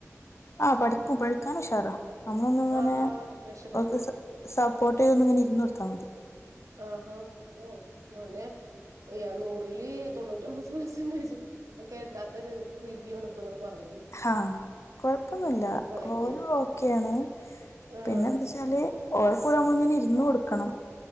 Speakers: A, on the left; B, on the right.
A: ആഹ് പഠിക്കും പഠിക്കാനുംഷാറ നമ്മളൊന്നും ഇങ്ങനെ
B: ആഹാ രക്ഷപ്പെട്ടു
A: ഓക്ക് സപ്പോർട്ടേയ്തു ഇങ്ങെനെ ഇരുന്നോട്ത്താൽ മതി.
B: ആഹഹാ ഓനെ നൂറില് തൊണ്ണൂറ്റിമ്പത് പെർസെന്റേജ് കേൾക്കാത്ത ഒരു റിവ്യൂ ആണ് ഇപ്പൊ ങ്ങള് പറഞ്ഞത്.
A: ആഹ് കൊഴപ്പൊന്നുല്ല
B: ഒരു ഭാഗ്യാണ്
A: ഓനു ഓക്കെയാണ്
B: ആഹ്
A: പിന്നെ എന്താ വെച്ചാല് ഓളെ കൂടെ നമ്മളിങ്ങനെ ഇരുന്ന് കൊടുക്കണം.